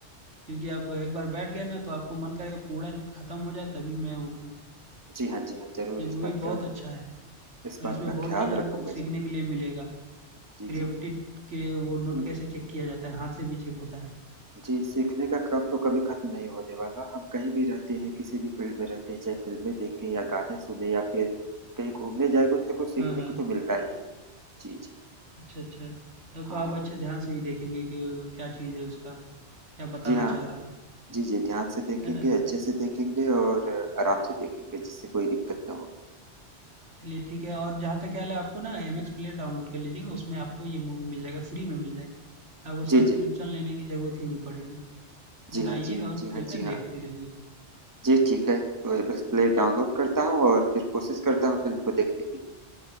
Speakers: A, on the right; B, on the right.
A: क्योंकि आप एक बार बैठ गए ना तो आपको मन करेगा पूरा खत्म हो जाए तभी मैं उठूँ।
B: जी हाँ जी हाँ जरूर
A: ये
B: इस
A: मूवी
B: बात
A: बहुत
B: का
A: अच्छा है
B: इस
A: और
B: बात
A: इसमें
B: का
A: बहुत
B: ख्याल
A: चीज़ आपको
B: रखूंगा
A: सीखने
B: जी
A: के लिए मिलेगा।
B: जी
A: क्रिएप्टिड
B: जी
A: के वो नोट
B: हम्म,
A: कैसे चेक किया जाता है, हाथ से भी चेक होता है।
B: जी सीखने का क्रम तो कभी खत्म नहीं होने वाला हम कहीं भी रहते हैं किसी भी फील्ड में रहते हैं चाहे फिल्में देखें या गाने सुने या फिर कहीं घूमने जाए कुछ ना कुछ सीखने
A: हाँ, हाँ।
B: को तो मिलता ही है। जी जी
A: अच्छा, अच्छा। तब
B: हाँ
A: तो आप अच्छे ध्यान से ही देखेंगे कि क्या चीज़ है उसका, क्या बताना
B: जी हाँ
A: चाह रहा है।
B: जी जी ध्यान से देखेंगे
A: है ना?
B: अच्छे से देखेंगे और अ, आराम से देखेंगे जिससे कोई दिक्कत ना हो
A: चलिए ठीक है और जहाँ तक ख्याल है आपको ना एमएक्स प्लेयर डाउनलोड कर लीजिएगा उसमें आपको ये मूवी मिल जाएगा फ्री में मिल जाएगी आपको
B: जी
A: सब्सक्रिप्शन
B: जी
A: लेने की ज़रूरत ही नहीं पड़ेगी
B: जी
A: लगाइए
B: हाँ जी हाँ
A: और
B: जी
A: फ्री
B: हाँ जी
A: में
B: हाँ
A: देखते रहिए
B: जी ठीक है तो एपेक्स प्ले डाउनलोड करता हूँ और फिर कोशिश करता हूँ फिल्म को देखने की